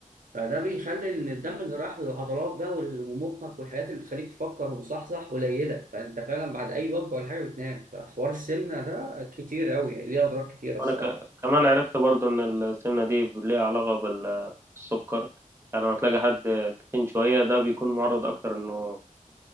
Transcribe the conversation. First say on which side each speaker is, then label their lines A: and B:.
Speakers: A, on the right; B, on the right.
A: فده بيخلي ان الدم اللي راح للعضلات بقى وال- ومخك والحاجات اللي بتخليك تفكر ومصحصح قليله فانت فعلا بعد اي وجبه ولا حاجه بتنام فحوار السمنه ده كتير قوي يعني ليه اضرار كتيره الصراحه
B: انا ك... كمان عرفت برضو ان السمنه دي ليها علاقه بال- بالسكر يعني لما تلاقي حد تخين شويه ده بيكون معرض اكتر انه